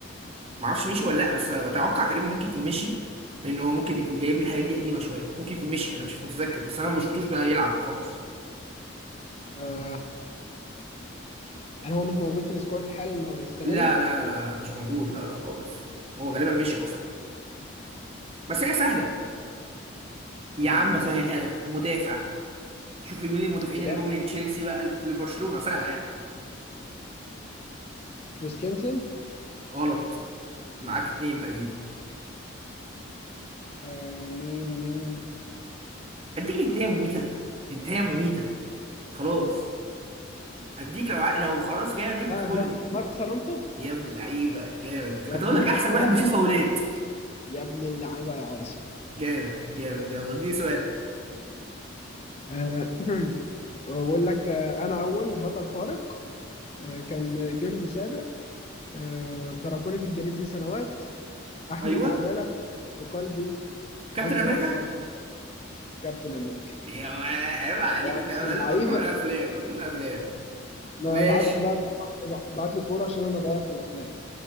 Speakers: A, on the right; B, on the left.
A: ما اعرفش مشي ولا لا بس اتوقع تقريبا ممكن يكون مشي لان هو ممكن يكون جايب لي الحاجات دي قديمه شويه ممكن يكون مشي انا مش متذكر بس انا ما شفتوش بقى يلعب خالص
B: آه. يعني هو مش موجود في السكواد الحالي إن هو السنة
A: لا
B: دي
A: لا لا لا مش موجود لا لا خالص هو غالبا مشي اصلا بس هي سهله يا
B: آه
A: عم سهلها لك مدافع شوف مين المدافعين
B: مدافع
A: اللي جم من تشيلسي بقى لبرشلونه سهله يعني
B: كريستنسن
A: غلط معاك اتنين باقيين
B: آه مين مين
A: اديك انتهى مميته انتهى مميته خلاص
B: استنى
A: هديك لو ع... لو خلاص جايه بيك
B: استنى
A: قول
B: استنى.
A: لي
B: ماركوس الونسو
A: يا ابن اللعيبه جامد
B: يا
A: كنت
B: ابن
A: اقول لك
B: اللعيبه
A: احسن واحد
B: يا
A: بيشوط
B: عاصم
A: فاولات
B: يا ابن اللعيبه يا عاصم
A: جامد جامد يلا اديني سؤالك
B: آه <clears throat> بقول لك آه انا اول بطل خارق آه كان جندي سابق آه تركوني في الجليد لسنوات احمل
A: ايوه
B: العداله في قلبي عمري
A: كابتن امريكا
B: اكثر من كابتن امريكا
A: يا وا- عيب عليك
B: يا ابن
A: ده
B: اللعيبه
A: انا مجنون افلام مجنون افلام
B: لا
A: ماشي
B: ابعت لي بقى ابعت لي كوره عشان انا ضايع في الافلام